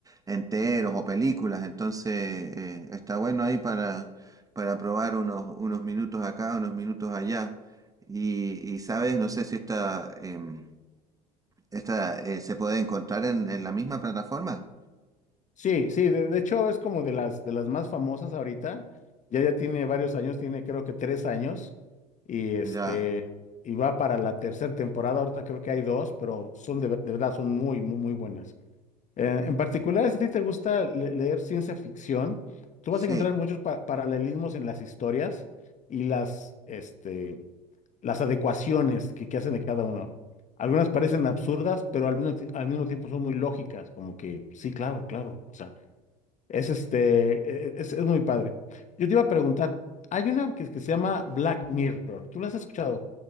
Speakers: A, on the right (about 15°); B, on the left (about 40°).
A: enteros o películas. Entonces, eh, está bueno ahí para, para probar unos, unos minutos acá, unos minutos allá. Y, y, sabes, no sé si esta, em, esta eh, se puede encontrar en, en la misma plataforma.
B: Sí, sí, de, de hecho es como de las, de las más famosas ahorita, ya ya tiene varios años, tiene creo que tres años, y este,
A: Ya,
B: y va para la tercera temporada, ahorita creo que hay dos, pero son de, ver- de verdad, son muy, muy, muy buenas. Eh, en particular, si a ti te gusta le- leer ciencia ficción, tú
A: sí.
B: vas a encontrar muchos pa- paralelismos en las historias y las, este, las adecuaciones que, que hacen de cada uno. Algunas parecen absurdas, pero al mismo, ti- al mismo tiempo son muy lógicas, como que sí, claro, claro. O sea, es este, e- e, es, es muy padre. Yo te iba a preguntar, hay una que, que se llama Black Mirror. ¿Tú la has escuchado?